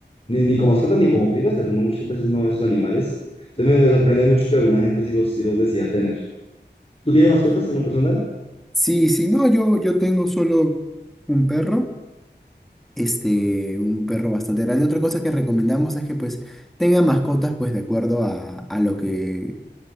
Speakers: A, on the left; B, in the centre.
A: ni, ni como mascotas ni como silvestres, uno muchas veces no ve esos animales. Entonces me, me sorprende mucho que alguna gente sí los, sí los decida tener. ¿Tú tienes mascotas en lo personal?
B: Sí, sí, no, yo, yo tengo solo un perro, este, un perro bastante grande. Otra cosa que recomendamos es que pues tenga mascotas pues de acuerdo a, a lo que